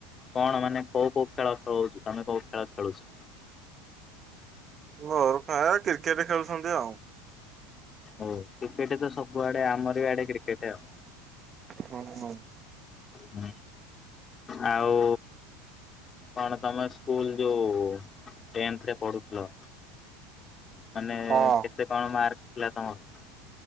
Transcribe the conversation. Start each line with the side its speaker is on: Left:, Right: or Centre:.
Left: କଣ ମାନେ କୋଉ କୋଉ ଖେଳ ଖେଳଉଛୁ ତମେ କୋଉ ଖେଳ ଖେଳୁଛ?
Right: ମୋର ପ୍ରାୟେ କ୍ରିକେଟ ଖେଳୁଛନ୍ତି ଆଉ।
Left: ହୁଁ କ୍ରିକେଟ ତ ସବୁଆଡେ ଆମର ବି ଆଡେ କ୍ରିକେଟ ଆଉ।
Right: ହଁ ହଁ।
Left: ହୁଁ ଆଉ। କଣ ତମେ ସ୍କୁଲ ଯୋଉରେ ଟେନ୍ଥ ପଢୁଥିଲ। ମାନେ
Right: ହଁ
Left: କେତେ କଣ ମାର୍କ ଥିଲା ତମର?